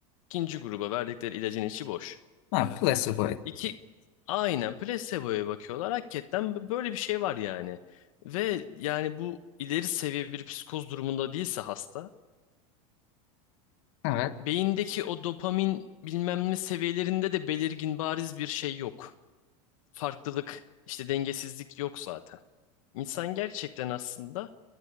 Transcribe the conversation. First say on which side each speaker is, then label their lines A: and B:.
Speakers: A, on the left; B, on the left.
A: İkinci gruba verdikleri ilacın içi boş.
B: Ha, Evet, placebo. evet,
A: İki aynen placebo'ya bakıyorlar. Hakikaten b- böyle bir şey var yani. Ve yani bu ileri seviye bir psikoz durumunda değilse hasta,
B: Evet,
A: beyindeki o dopamin bilmem ne seviyelerinde de belirgin bariz bir şey yok. Farklılık, işte dengesizlik yok zaten. İnsan gerçekten aslında